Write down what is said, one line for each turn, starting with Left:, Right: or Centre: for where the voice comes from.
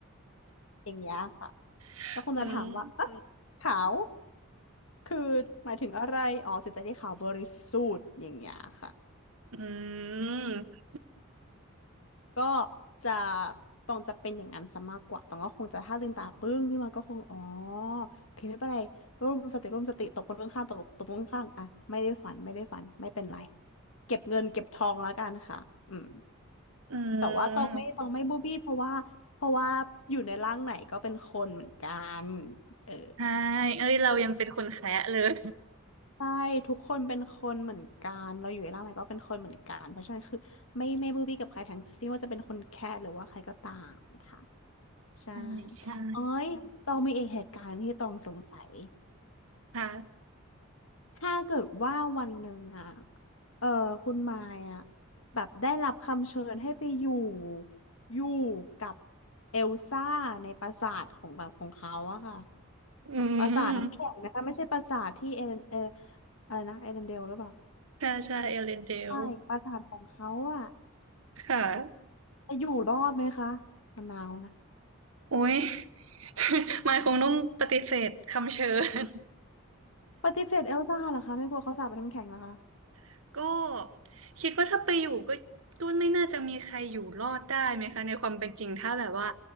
Left: อย่างเงี้ยค่ะ
Right: <laughs>
Left: แล้วคงจะถามว่าอ่ะ
Right: อืม
Left: ขาวคือหมายถึงอะไรอ๋อจิตใจที่ขาวบริสุทธิ์อย่างเงี้ยค่ะ
Right: อืม
Left: ก็จะตองจะเป็นอย่างนั้นซะมากกว่าตองก็คงจะถ้าลืมตาปึ้งขึ้นมาก็คงอ๋อโอเคไม่เป็นไรร่วมสติร่วมสติตบคนข้างๆตบตบคนข้างๆอ่ะไม่ได้ฝันไม่ได้ฝันไม่เป็นไรเก็บเงินเก็บทองแล้วกันค่ะอืม
Right: อื
Left: แต่ว่าตองไม่ตองไม่บูบี้เพราะว่าเพราะว่าอยู่ในร่างไหนก็เป็นคนเหมือนกัน
Right: ม
Left: เออ
Right: ใช่เอ้ยเรายังเป็นคนแคะเลย
Left: ใช่ทุกคนเป็นคนเหมือนกันเราอยู่ในร่างไหนก็เป็นคนเหมือนกันเพราะฉะนั้นคือไม่ไม่บูบี้กับใครทั้งสิ้นว่าจะเป็นคนแค่หรือว่าใครก็ตามค่ะ ใช่
Right: ใช่ใช่
Left: เอ้ยตองมีอีกเหตุการณ์ที่ตองสงสัย
Right: ค่ะ
Left: ถ้าเกิดว่าวันหนึ่งอะเออคุณมายอะแบบได้รับคำเชิญให้ไปอยู่อยู่กับเอลซ่าในปราสาทของแบบของเขาอะค่ะ
Right: อื
Left: ปราสาทน้ำแข็งนะคะไม่ใช่ปราสาทที่เอเลนเออ
Right: ม
Left: อะไรนะเอเลนเดลหรือเปล่า
Right: ใช่ใช่เอเลนเดล
Left: ใช่ปราสาทของเขาอะ
Right: ค่ะ
Left: จะอยู่รอดไหมคะมะนาวนะ
Right: โอ้ย <laughs> มายคงต้องปฏิเสธคำเชิญ
Left: ปฏิเสธเอลซ่าเหรอคะไม่กลัวเขาสาปเป็นน้ำแข็งเหรอคะ
Right: <laughs> ก็คิดว่าถ้าไปอยู่ก็ก็ไม่น่าจะมีใครอยู่รอดได้ไหมคะในความเป็นจริงถ้าแบบว่า